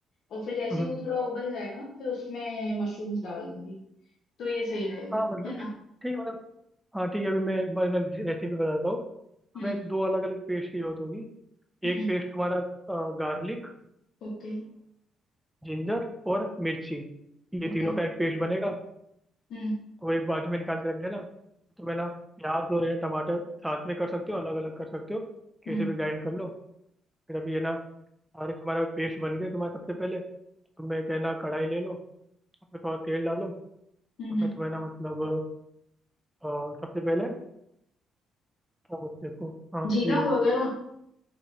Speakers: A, on the left; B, in the centre.
A: और फिर जैसे
B: हम्म।
A: ही वो थोड़ा उबल जाएगा ना तो फिर उसमें मशरूम्स डाल दूंगी तो ये सही रहेगा
B: हाँ मतलब
A: है ना
B: ठीक है मतलब हाँ ठीक है अभी मैं एक बार रेसिपी बता देता हूँ
A: हम्म
B: हमें दो अलग अलग पेस्ट की जरूरत होगी
A: हम्म
B: एक पेस्ट हमारा गार्लिक
A: Okay
B: जिंजर और मिर्ची ये
A: okay
B: तीनों का एक पेस्ट बनेगा
A: हम्म
B: तो वो एक बाजू में निकाल के रख देना तो मैं ना प्याज और ये टमाटर साथ में कर सकते हो अलग अलग कर सकते हो कैसे
A: हम्म
B: भी ग्राइंड कर लो फिर अभी ये ना सारे तुम्हारे पेस्ट बन गए तुम्हारे सबसे पहले तुम्हें कहना कढ़ाई ले लो उसमें थोड़ा तेल डालो
A: हम्म
B: उसमें
A: हम्म।
B: तुम्हें ना मतलब अ, सबसे पहले क्या बोलते हैं इसको हाँ
A: जीरा
B: ये
A: वगैरह